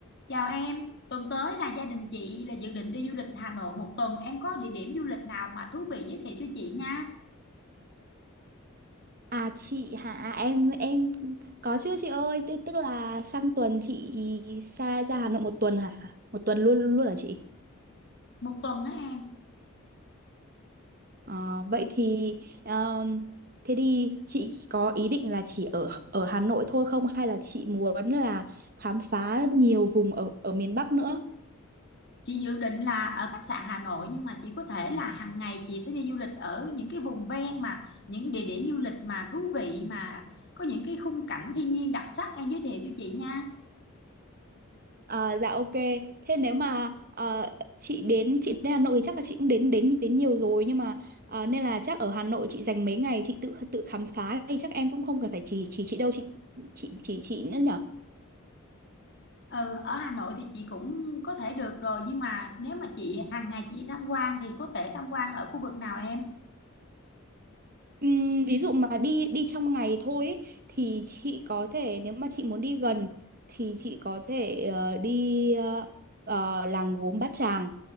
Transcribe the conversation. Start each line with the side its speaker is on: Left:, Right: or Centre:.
Left: Chào em, tuần tới là gia đình chị là dự định đi du lịch Hà Nội một tuần. Em có địa điểm du lịch nào mà thú vị giới thiệu cho chị nha.
Right: À chị hả em em có chứ chị ơi tức, tức là sang tuần chị xa ra Hà Nội một tuần hả một tuần luôn luôn hả chị
Left: Một tuần á em.
Right: Ờ, vậy thì um, thế thì chị có ý định là chỉ ở ở Hà Nội thôi không hay là chị muốn là khám phá nhiều vùng ở ở miền Bắc nữa
Left: Chị dự định là ở khách sạn Hà Nội nhưng mà chị có thể là hàng ngày chị sẽ đi du lịch ở những cái vùng ven mà những địa điểm du lịch mà thú vị mà có những cái khung cảnh thiên nhiên đặc sắc em giới thiệu cho chị nha.
Right: À, dạ ok. Thế nếu mà ờ, chị đến chị đến Hà Nội thì chắc là chị cũng đến đến đến nhiều rồi nhưng mà ờ, nên là chắc ở Hà Nội chị dành mấy ngày chị tự tự khám phá thì chắc em cũng không cần phải chỉ chỉ chị đâu chị chị chỉ chị nữa nhở
Left: Ừ, ở Hà Nội thì chị cũng có thể được rồi nhưng mà nếu mà chị hàng ngày chị tham quan thì có thể tham quan ở khu vực nào em?
Right: Ừm, ví dụ mà đi đi trong ngày thôi ý, thì chị có thể nếu mà chị muốn đi gần thì chị có thể ờ, đi ờ, ờ, làng gốm Bát Tràng